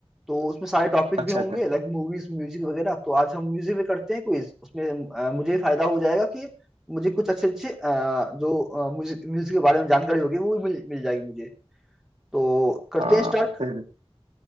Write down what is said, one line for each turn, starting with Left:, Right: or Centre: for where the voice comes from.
Centre: तो उसमें सारे टॉपिक
Right: अच्छा
Centre: भी होंगे
Right: अच्छा
Centre: लाइक मूवीज म्यूजिक वगैरह तो आज हम म्यूजिक पे करते हैं क्विज उसमें अ, मुझे फायदा हो जाएगा कि मुझे कुछ अच्छे अच्छे अ, जो म्यूजिक म्यूजिक के बारे में जानकारी होगी वो भी मिल मिल जाएगी मुझे तो करते
Right: हाँ
Centre: हैं स्टार्ट
Right: फिर